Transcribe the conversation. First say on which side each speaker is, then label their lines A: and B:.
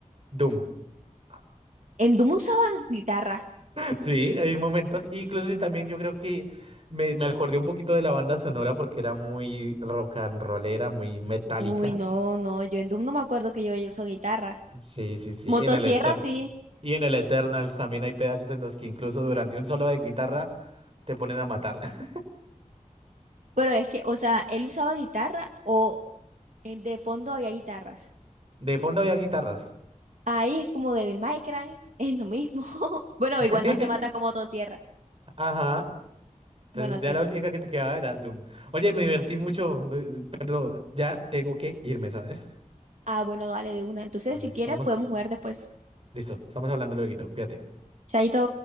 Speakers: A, on the right; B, on the right.
A: Doom. <laughs>
B: En Doom usaba guitarra.
A: Sí, hay momentos. Incluso y también yo creo que me, me acordé un poquito de la banda sonora porque era muy rock and rollera, muy metálica.
B: Uy, no, no, yo en Doom no me acuerdo que yo uso guitarra.
A: Sí, sí, sí,
B: Motosierra
A: en el Eterno.
B: sí,
A: Y en el Eternals también hay pedazos en los que incluso durante un solo de guitarra te ponen a matar. <laughs>
B: pero es que, o sea, él usaba guitarra o en- de fondo había guitarras.
A: De fondo había guitarras.
B: Ahí es como Devil May Cry, <laughs> es lo mismo. <laughs> Bueno,
A: <laughs>
B: igual no se mata con motosierra.
A: Ajá. Entonces
B: Bueno,
A: ya
B: sí.
A: la única que te quedaba era Doom. Oye, me divertí mucho, lo- pero ya tengo que irme, ¿sabes?
B: Ah, bueno, dale de una. Entonces,
A: Vale,
B: si
A: estamos...
B: quieres, podemos jugar después.
A: Listo, estamos hablando luego, cuídate.
B: Chaito.